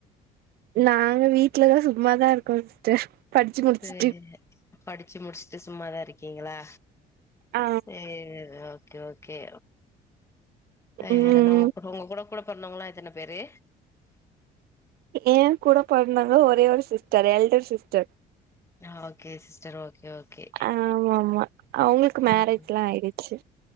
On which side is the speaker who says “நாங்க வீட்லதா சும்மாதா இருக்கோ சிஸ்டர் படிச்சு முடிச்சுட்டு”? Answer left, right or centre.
Right